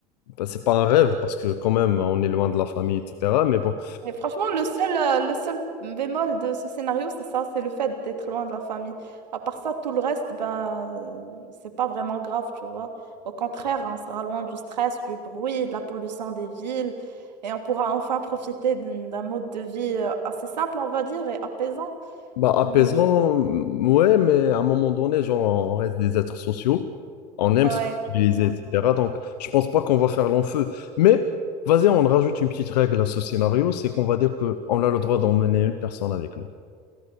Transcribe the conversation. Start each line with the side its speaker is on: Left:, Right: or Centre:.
Left: bah, c'est pas un rêve parce que quand même on est loin de la famille, etc. Mais bon,
Right: Mais franchement, le seul, euh, le seul bémol de ce scénario, c'est ça, c'est le fait d'être loin de la famille. À part ça, tout le reste, ben, euh, c'est pas vraiment grave, tu vois. Au contraire, on sera loin du stress, du bruit, de la pollution des villes, et on pourra enfin profiter d'un d'un mode de vie euh, assez simple, on va dire, et apaisant.
Left: Bah, apaisant,
Right: Mais
Left: mm, ouais, mais à un moment donné, genre, on reste des êtres sociaux, on aime
Right: ouais,
Left: se
Right: effectivement.
Left: mobiliser, etc. Donc, je pense pas qu'on va faire long feu. Mais, vas-y, on rajoute une petite règle à ce scénario, c'est qu'on va dire que on a le droit d'emmener une personne avec nous.